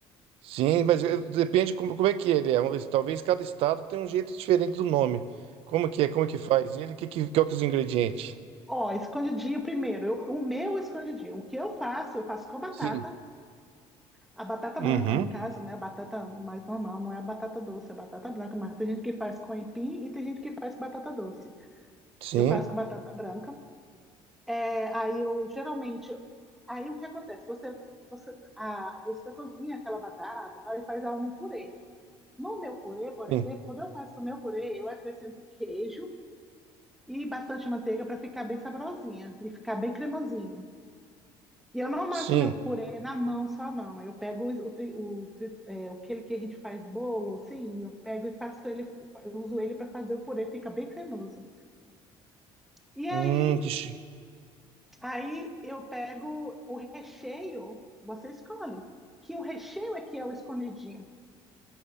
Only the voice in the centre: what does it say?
Ó, escondidinho primeiro. Eu- o meu escondidinho. O que eu faço, eu faço com a batata.
A batata
branca, no caso, né? A batata mais normal, não é a batata doce, é a batata branca. Mas tem gente que faz com aipim e tem gente que faz com batata doce.
Eu faço com batata branca. É, aí eu, geralmente, aí o que acontece? Você, você, a, você cozinha aquela batata, tá? E faz ela num purê. No meu purê, por
exemplo, quando eu faço o meu purê, eu acrescento queijo, e bastante manteiga para ficar bem saborosinha e ficar bem cremosinho. E eu não amasso
meu purê na mão só, não. Eu pego o, tri- o, tri- é, aquele que a gente faz bolo, assim, eu pego e faço ele, eu uso ele para fazer o purê, fica bem cremoso. E aí,
aí eu pego o recheio, você escolhe. Que o recheio é que é o escondidinho.